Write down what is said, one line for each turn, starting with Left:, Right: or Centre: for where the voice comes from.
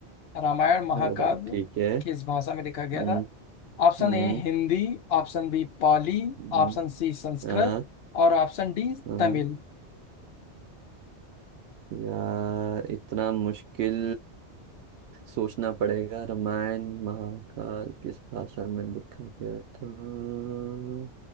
Left: रामायण महाकाव्य
Right: अरे ठीक है
Left: किस भाषा में लिखा गया
Right: हम्म
Left: था Option
Right: हम्म
Left: A Hindi option B Pali
Right: हम्म,
Left: option C Sanskrit
Right: हाँ
Left: और ऑप्शन डी
Right: हाँ
Left: तमिल
Right: यार इतना मुश्किल सोचना पड़ेगा रामायण महाकाल किस भाषा में लिखा गया था हम्म,